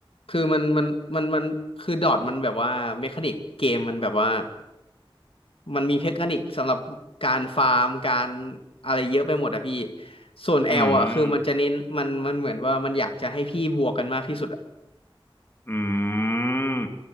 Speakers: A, on the left; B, on the left.
A: คือมันมันมันมันคือดอทมันแบบว่าเมคานิกเกมมันแบบว่า มันมีเทคนิคสำหรับการฟาร์มการอะไรเยอะไปหมดอะพี่ส่วน L
B: อืม
A: อะคือมันจะเน้นมันมันเหมือนว่ามันอยากจะให้พี่บวกกันมากที่สุดอะ
B: อืม